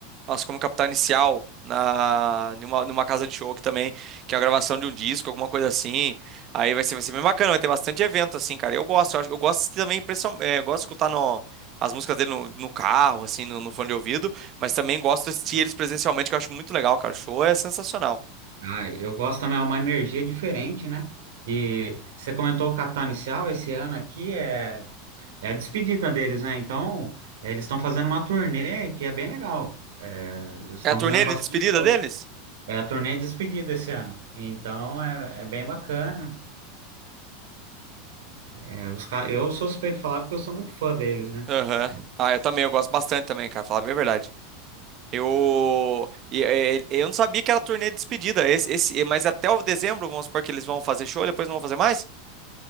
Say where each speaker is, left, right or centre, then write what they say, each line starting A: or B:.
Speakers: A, on the right; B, on the right.
A: nossa, como Capital Inicial na numa, numa casa de show que também, que é a gravação de um disco, alguma coisa assim. Aí vai ser, vai ser bem bacana, vai ter bastante evento assim, cara. Eu gosto, eu, acho- eu gosto também, principal- é, eu gosto de escutar no- as músicas dele no, no carro, assim, no, no fone de ouvido, mas também gosto de assistir eles presencialmente, que eu acho muito legal, cara. O show é sensacional.
B: Ah, eu gosto também, é uma energia diferente, né? E você comentou o Capital Inicial, esse ano aqui é, é a despedida deles, né? Então, eles estão fazendo uma turnê que é bem legal. É, eles estão
A: É a turnê
B: fazendo bastante.
A: de despedida
B: show.
A: deles?
B: É a turnê de despedida esse ano. Então, é é bem bacana. É, os ca- Eu sou suspeito de falar porque eu sou muito fã deles, né?
A: Aham. Ah, eu também, eu gosto bastante também, cara, falar bem a verdade. Eu, e- e- eu não sabia que era turnê de despedida. Esse, esse, mas até o dezembro, vamos supor que eles vão fazer show, depois não vão fazer mais?